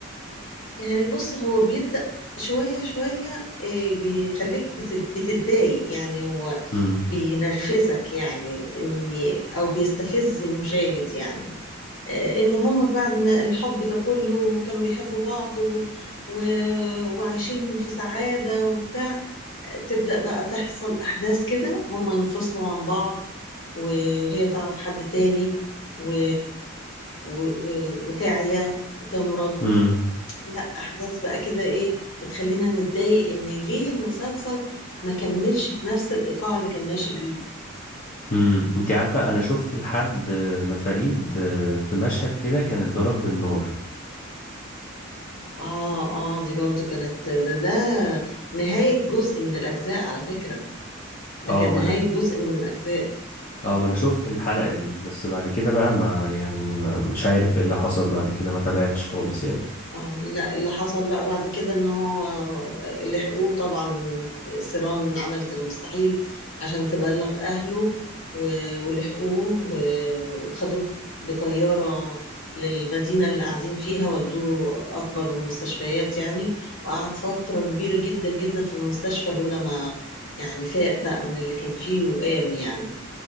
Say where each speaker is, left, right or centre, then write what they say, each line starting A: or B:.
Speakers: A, on the left; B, on the left.
A: يعني بص هو بيبدأ شوية شوية إيه، بيخليك بت- بتتضايق يعني هو
B: امم
A: بينرفزك يعني إني أو بيستفز المشاهد يعني آه، إن هم بعد ما الحب ده كله كانوا بيحبوا بعض و... و... وعايشين في سعادة وبتاع آه، تبدأ بقى تحصل أحداث كده هم ينفصلوا عن بعض و... وهي تعرف حد تاني و... و... و... وتعيا وتمرض
B: امم
A: لا احداث بقى كده ايه بتخلينا نتضايق ان ليه المسلسل ما كملش في نفس الايقاع اللي كان ماشي بيه
B: امم انت عارفه انا شفت لحد آه، ما فريد آه، في مشهد كده كان اتضرب بالنار
A: اه اه دي برضو كانت ده ده نهاية جزء من الاجزاء على فكرة ده
B: اه
A: كان
B: ما
A: نهاية
B: انا
A: جزء من الاجزاء
B: اه ما انا شفت الحلقة دي بس بعد كده بقى ما يعني ما مش عارف ايه اللي حصل بعد كده ما تابعتش خالص يعني
A: اه لا اللي حصل بقى بعد كده ان هو آه، لحقوه طبعا سيران عملت المستحيل عشان تبلغ اهله و- ولحقوه و- وخدوه بطيارة للمدينة اللي قاعدين فيها ودوه أكبر المستشفيات يعني وقعد فترة كبيرة جدا جدا في المستشفى لولا ما يعني فاق بقى من اللي كان فيه وقام يعني